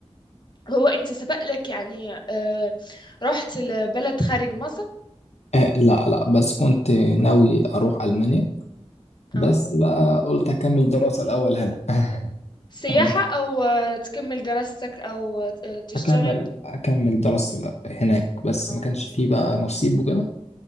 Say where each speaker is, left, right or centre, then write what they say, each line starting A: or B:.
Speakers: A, on the left; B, on the left.
A: هو انت سبق لك يعني آه رحت لبلد خارج مصر
B: آه لا لا بس كنت ناوي أروح ألمانيا بس
A: اه
B: بقى قلت أكمل دراسة الأول هنا <laughs>
A: سياحة
B: يعني
A: او آه تكمل دراستك او آه تشتغل
B: أكمل أكمل دراستي الأ- هناك بس
A: اه
B: ما كانش فيه بقى نصيب وكده